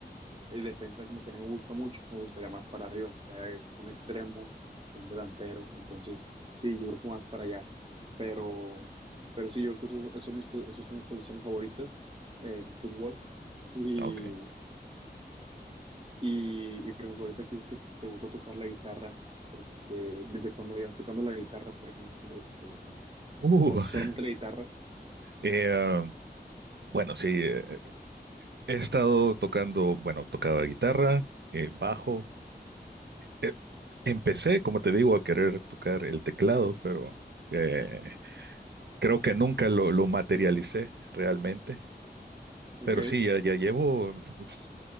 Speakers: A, on the right (about 30°); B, on the right (about 80°).
A: el defensa como que no me gusta mucho, me gustaría más para arriba, que haya un extremo, un delantero, entonces sí, yo creo que más para allá, pero, pero sí, yo creo que esos, esos, son mis, po- esos son mis posiciones favoritas en fútbol y,
B: Ah, ok.
A: y, y, por ejemplo, ahorita que es que te gusta tocar la guitarra, este, ¿desde cuando llevas tocando la guitarra, por ejemplo? Este,
B: Uh,
A: ¿o solamente la guitarra?
B: Eh, bueno, sí, eh, he estado tocando, bueno, tocaba guitarra, eh, bajo. Eh, empecé, como te digo, a querer tocar el teclado, pero eh, creo que nunca lo, lo materialicé realmente.
A: Ok,
B: Pero sí, ya, ya llevo pues,